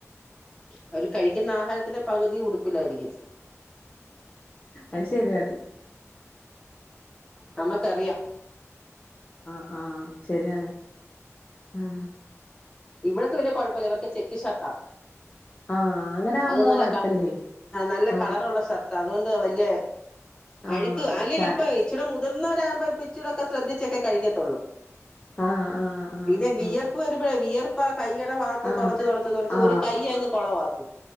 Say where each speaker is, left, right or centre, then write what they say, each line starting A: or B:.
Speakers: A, on the left; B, on the left.
A: അവര് കഴിക്കുന്ന ആഹാരത്തിന്റെ പകുതി ഉടുപ്പില്ലായിരിക്കും
B: അത് ശെരിയാണ്
A: നമ്മക്കറിയാം
B: ആഹ ശരിയാണ് ആഹ
A: ഇവടെക്ക് പിന്നെ കുഴപ്പമില്ല ഇവർക്ക് ചെക്ക് ഷട്ടാ
B: ആഹ് അങ്ങനെ ആവുമ്പോ
A: അത് നല്ല
B: കൊഴപ്പല്ലേ
A: നല്ല
B: ആഹ്
A: കളർള്ള ഷർട്ട് അതുകൊണ്ട് വല്യ
B: ആഹ്
A: അഴുക്ക് അല്ലങ്ക
B: ച
A: ഇപ്പൊ ഇച്ചിട മു മുതിർന്നവരാമ്പോ പിച്ചൂടൊക്കെ ശ്രദ്ധിച്ചൊക്കെ കഴിക്കത്തുള്ളൂ
B: ആഹ് ആഹ് ആഹ്
A: പിന്നെ വിയർപ്പ്
B: ആഹ്
A: വരുമ്പോഴ വിയർപ്പ് കൈയുടെ ഭാഗത്ത്
B: ആഹ്
A: തുടച്ച് തുടച്ച് തുടച്ച്
B: ആഹ്
A: ഒരു കൈ അങ്ങ് കൊളവാക്കും